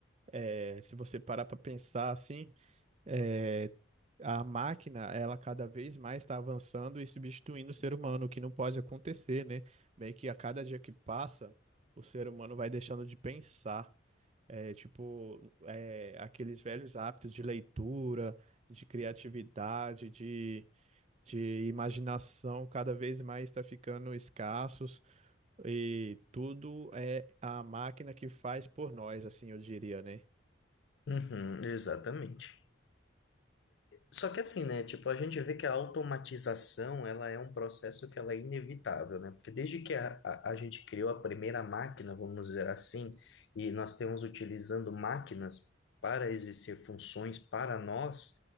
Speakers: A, on the right (about 35°); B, on the left (about 65°).
A: é, se você parar pra pensar assim, é, a máquina, ela cada vez mais está avançando e substituindo o ser humano, o que não pode acontecer, né? Meio que a cada dia que passa, o ser humano vai deixando de pensar. É, tipo, é, aqueles velhos hábitos de leitura, de criatividade, de, de imaginação, cada vez mais está ficando escassos e tudo é a máquina que faz por nós, assim, eu diria, né?
B: Uhum, exatamente. Só que assim, né? Tipo, a gente vê que a automatização, ela é um processo que ela é inevitável, né? Porque desde que a, a, a gente criou a primeira máquina, vamos dizer assim, e nós temos utilizando máquinas para exercer funções para nós,